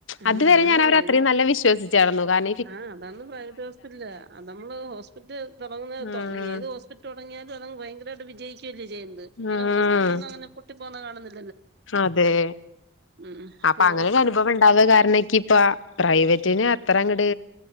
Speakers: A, on the right; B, on the left.
A: ആഹ്
B: അതുവരെ
A: അങ്ങനെയാണ്
B: ഞാൻ അവർ അത്രയും
A: ഏത്
B: നല്ല വിശ്വസിച്ചടന്നു കാര
A: ആഹ് അതൊന്ന പ്രൈവറ്റ് ഹോസ്പിറ്റല് അത് നമ്മള് ഹോസ്പിറ്റല് തുടങ്ങുന്ന
B: ആഹ്
A: ഏത് ഹോസ്പിറ്റൽ തുടങ്ങി തും അതങ്ങട്ട് ഭയങ്കരായിട്ട് വിജയി കെല്ലെ ചെയ്യുന്നത് ഇങ്ങനെ
B: ആഹ്
A: ഹോസ്പിറ്റലുന്നങ്ങനെ പൊട്ടി പോണെ കാണന്ന്
B: അതെ
A: ഉം
B: അപ്പ
A: ഹോസ്
B: അങ്ങനൊരു അനുഭവംണ്ടായ കാരണക്ക് പ്പ പ്രൈവറ്റ് പിന്നെ അത്രങ്കട്